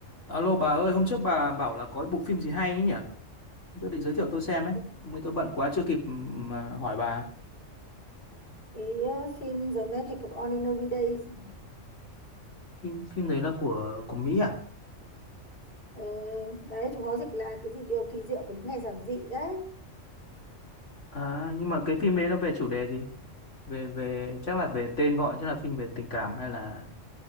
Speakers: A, on the left; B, on the left.
A: Alo bà ơi, hôm trước bà bảo là có cái bộ phim gì hay ấy nhỉ? Tôi định giới thiệu tôi xem ấy.
B: cái
A: Hôm nay tôi bận quá chưa kịp ừm, mà hỏi bà.
B: ờ, phim The Magic of Ordinary Days
A: Phim phim đấy là của của Mỹ à?
B: Ờ, đấy chúng nó dịch là cái gì điều kỳ diệu của những ngày giản dị đấy
A: À nhưng mà cái phim đấy nó về chủ đề gì? Về về chắc là về tên gọi chắc là phim về tình cảm hay là